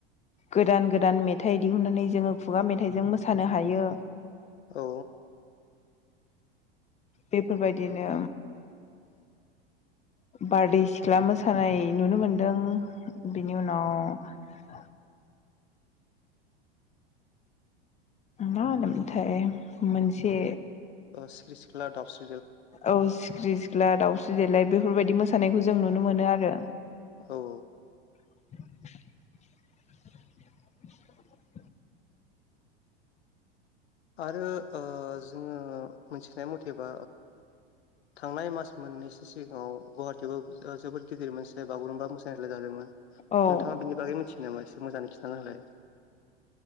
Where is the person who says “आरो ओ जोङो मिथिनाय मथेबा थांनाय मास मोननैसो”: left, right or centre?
Left